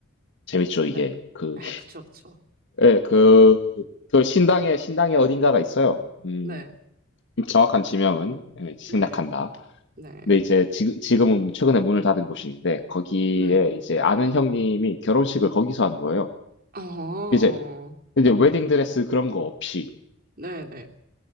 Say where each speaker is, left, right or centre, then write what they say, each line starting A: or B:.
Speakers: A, on the left; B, on the right.
A: 재밌죠, 이게.
B: 네,
A: 그,
B: 아, 그쵸, 그쵸,
A: 예, 그, 그 신당에, 신당에 어딘가가 있어요. 음,
B: 네,
A: 정확한 지명은 예, 생략한다.
B: 네, 네,
A: 근데 이제 지, 지금은 최근에 문을 닫은 곳인데, 거기에
B: 네,
A: 이제 아는 형님이 결혼식을 거기서 한 거예요.
B: 어,
A: 이제, 이제 웨딩 드레스 그런 거 없이.
B: 네, 네,